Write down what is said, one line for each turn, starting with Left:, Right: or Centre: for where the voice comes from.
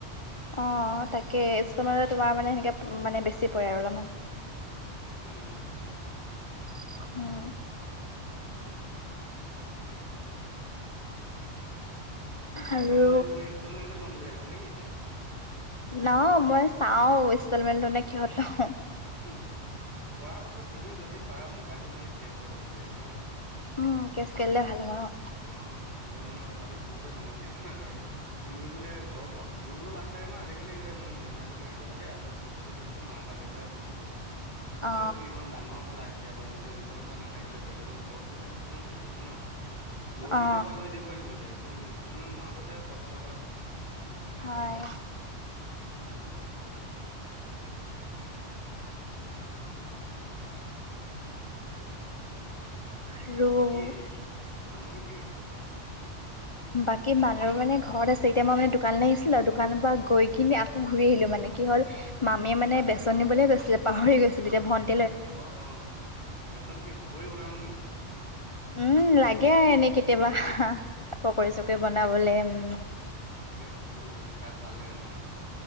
Left: অ' তাকে এই তোমাৰ মানে
Right: উম
Left: সেনেকে মানে বেছি পৰে আৰু অলপমান
Right: উম বেছি যায়।
Left: <inaudible>
Right: <inaudible> এতি
Left: আৰু
Right: ল'ম তুমি ইনষ্টলমেণ্টে ল'ম ভাবিচা নেকি এতিয়া
Left: নহয় মই চাও ষ্টলমেনেত নে কিহত লওঁ
Right: উম পৰাপক্ষত তুমি যদি পাৰা মোবাইলটো মানে কেচ ল'ব বিচাৰিবা হা
Left: উম কেচ কেলে ভাল হ'ব নহ
Right: অ', ইষ্টলমেনেতৰ কথাটো কৈচো তোমাক কেনেকুৱা আৰু তুমি বোলে ঘৰ পৰা খুজিবলৈ লাজ লাগে ন আজিকি মোৰ ই এমইটো মাৰিব লাগে আপুনি পইচাটো দিয়কচুন মা বা দেউতাক। বুলি ক'বলো আচলতে
Left: অ
Right: তুমি ইমান ডাঙৰ হলা কেতিয়া নিজৰ ইনকম এটা নাথাকিলে বেলেগৰ ঘৰৰ পইচানো কিমান চলি থাকিম ন ল দিতি
Left: অ
Right: বা লৈ দিবই সিহঁতে কিন্তু ইনষ্টলমেণ্ট মৰাটোহে কষ্ট হয়।
Left: হয়।
Right: উম
Left: আৰু
Right: বাকী মানুহবোৰ কি কৈছে তোমালোকৰ
Left: বাকী মানুহৰ মানে ঘৰত আছে এতিয়া মই মানে দোকানলৈ আহিছিলো আৰু দোকানৰ পৰা গৈ কিনি আকৌ ঘূৰি আহিলো মানে কি হ'ল মামীয়ে মানে বেচন নিবলৈ কৈছিলে পাহৰি গৈছিলো এতিয়া ভন
Right: অ', অ', অ' বেচন কি পকৰী বনাবলৈ নেকি?
Left: উম লাগে এনেই কেতিয়াবা পকৰী
Right: আচ্ছা
Left: চকৰি বনাবলে
Right: পকৰী
Left: উম।
Right: তাকে পকৰী খাই ভাল লাগে মানে যে।